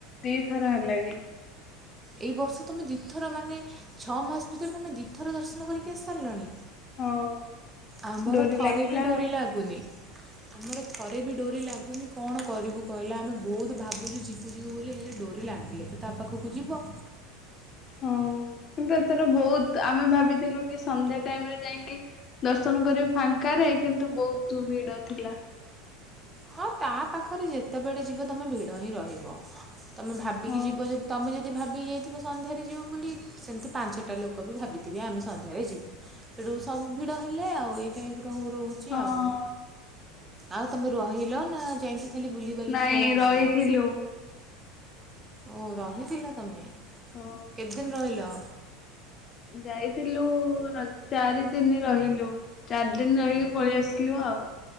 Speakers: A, on the left; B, on the right.
A: ଦିଥର ହେଲାଣି।
B: ଏଇ ବର୍ଷ ତୁମେ ଦିଇଥର ମାନେ ଛଅ ମାସ ଭିତରେ ତୁମେ ଦିଇଥର ଦର୍ଶନ କରିକି ଆସିସାରିଲଣି?
A: ହଁ।
B: ଆମର
A: ଡୋରି
B: ଥରେ
A: ଲାଗିଲା
B: ବି ଡୋରି
A: ଆଉ।
B: ଲାଗୁନି। ଆମର ଥରେ ବି ଡୋରି ଲାଗୁନି। କଣ କରିବୁ କହିଲ। ଆମେ ବହୁତ ଭାବୁଚୁ ଯିିବୁ ଯିବୁ ବୋଲି ହେଲେ ଡୋରି ଲାଗିଲେ ତ ତା ପାଖକୁ ଯିବ।
A: ହଁ କିନ୍ତୁ ଏଥର ବହୁତ, ଆମେ ଭାବିଥିଲୁ କି ସନ୍ଧ୍ୟା ଟାଇମରେ ଯାଇକି ଦର୍ଶନ କରିବୁ ଫାଙ୍କାରେ, କିନ୍ତୁ ବହୁତ ଭିଡ ଥିଲା।
B: ହଁ ତା ପାଖରେ ଯେତେବେଳେ ବି ଯିବ ତମେ ଭିଡ ହିଁ ରହିବ। ତମେ ଭାବିକି
A: ହଁ
B: ଯିବ ଯଦି ତମେ ଯଦି ଯ ଭାବି ଯାଇଥିବ ସନ୍ଧ୍ୟାରେ ଯିବ ବୋଲି। ସେମିତି ପାଞ୍ଚଟା ଲୋକ ବି ଭାବିଥିବେ ଆମେ ସନ୍ଧ୍ୟାରେ ଯିବୁ। ଠୁ ସବୁ ଭିଡ ହେଲେ ଏଇ ଟାଇପ୍ ର ରହୁ ରହୁଚି
A: ହଁ
B: ଆଉ ଆଉ ତମେ ରହିଲ ନା ଯାଇକି ଖାଲି ବୁଲି ବାଲିକି
A: ନାଇଁ
B: ପଳେଇ
A: ରହିଥିଲୁ
B: ଆସିଲ? ଓ ରହିଥିଲ ତମେ।
A: ହଁ।
B: କେତେଦିନ ରହିଲ?
A: ଯାଇଥିଲୁ ର ଚାରି ଦିନ ରହିଲୁ। ଚାରି ଦିନ ରହିକି ପଳେଇ ଆସିଲୁ ଆଉ।